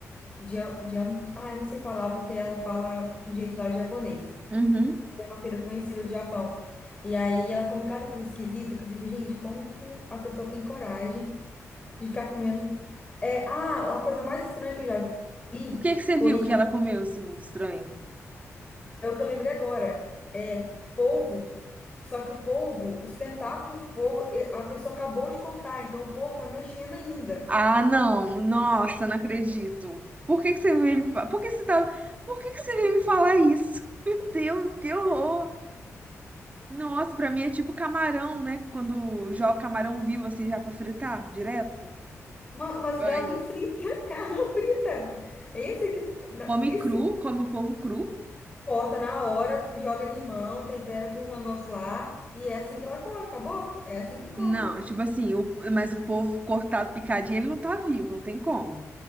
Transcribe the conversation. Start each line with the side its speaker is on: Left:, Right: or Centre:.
Left: de, de ai, não sei falar, porque ela fala de jeito lá de japonês.
Right: Uhum.
Left: uma feira conhecida do Japão. E aí ela come cada coisa esquisita que eu fico, gente, como que a pessoa tem coragem de ficar comendo? É, ah, uma coisa mais estranha que eu já vi
Right: O que que você
Left: foi,
Right: viu que ela comeu, assim, de estranho?
Left: é o que eu lembrei agora, é polvo. Só que o polvo, os tentáculos do polvo, e- a pessoa acabou de cortar, então o polvo tá mexendo ainda.
Right: Ah, não. Nossa, não acredito. Por que que você veio me falar? Por que que você tá... Por que que você veio me falar isso? <laughs> Meu Deus, que horror. Nossa, pra mim é tipo camarão, né? Quando joga camarão vivo assim já pra fritar direto.
Left: Ma- Mas
Right: Ai.
Left: o dela nem frita, <laughs> ela não frita. É Esse que, não,
Right: Come
Left: isso
Right: cru, come o povo cru.
Left: Corta na hora, joga limão, tempera com os negócios lá. E é assim que ela come, acabou? É assim que come.
Right: Não, tipo assim, o- mas o povo cortado, picadinho, ele não tá vivo, não tem como.